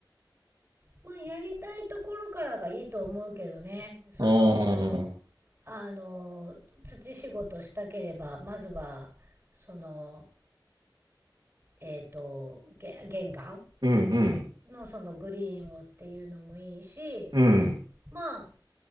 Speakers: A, on the right; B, on the right.
A: まあ、やりたいところからがいいと思うけどね、その、
B: うーん。
A: あの、土仕事したければ、まずは、その、えっと、げ玄関
B: うんうん。
A: のそのグリーンをっていうのもいいし、
B: うん。
A: まあ、